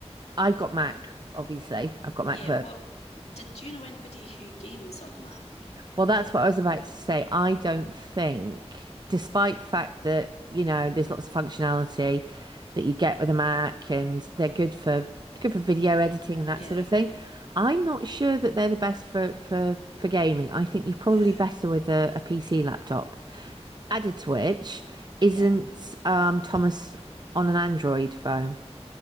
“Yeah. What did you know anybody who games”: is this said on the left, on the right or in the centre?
Left